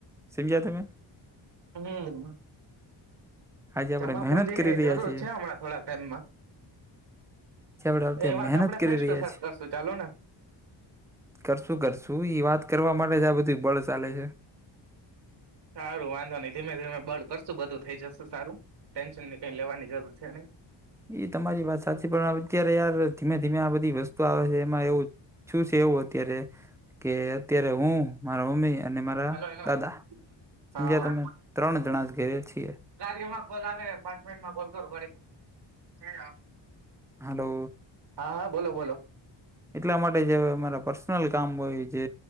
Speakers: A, in the centre; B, on the right.
A: સમજ્યા તમે
B: હમ
A: આજે આપણે
B: જમા
A: મહેનત
B: પુંજી
A: કરી
B: ની
A: રહ્યા
B: જરૂર
A: છીએ
B: છે હમણાં થોડાક ટાઈમમાં
A: જે આપણે અત્યારે
B: એ વાત
A: મહેનત
B: આપડે
A: કરી
B: ફેસ ટુ
A: રહ્યા
B: ફેસ
A: છીએ
B: કરશુ ચાલો ને
A: કરશું કરશું ઇ વાત કરવા માટે જ આ બધું બળ ચાલે છે
B: સારું વાંધો નહી ધીમે ધીમે બળ કરશું બધું થઈ જશે સારું ટેન્શન ની કઈ લેવાની જરૂર છે ની
A: એ તમારી વાત સાચી પણ અત્યારે યાર ધીમે ધીમે આ બધી વસ્તુ આવે છે એમાં એવું શું છે એવું અત્યારે કે અત્યારે હું મારા મમ્મી અને મારા
B: હલો હલો હલો
A: દાદા
B: હા
A: સમજ્યા
B: હા
A: તમે ત્રણ જણા જ ઘેરે છીએ.
B: કાર્યમાં કોલ આવે પ પાચ મિનિટ માં કોલ કરો <unintelligible> <unintelligible>
A: હલો
B: હા હા બોલો બોલો
A: એટલા માટે જે અમારા પર્સનલ કામ હોય જે